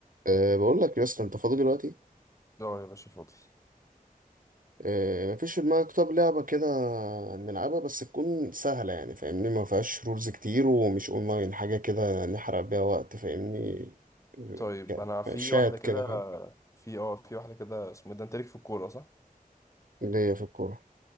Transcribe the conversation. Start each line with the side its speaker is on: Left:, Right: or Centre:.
Right: أه بقول لك يا اسطى انت فاضي دلوقتي
Left: اه يا باشا فاضي
Right: أه مفيش في دماغك طب لعبة كده نلعبها بس تكون سهلة يعني فاهمني ما فيهاش رولز كتير ومش اونلاين حاجة كده نحرق بيها وقت فاهمني
Left: طيب
Right: يعني
Left: انا في
Right: شات
Left: واحده كده
Right: كده فاهم
Left: في اه في واحده كده اسمه إيه ده انت ليك في الكوره صح
Right: ليا في الكورة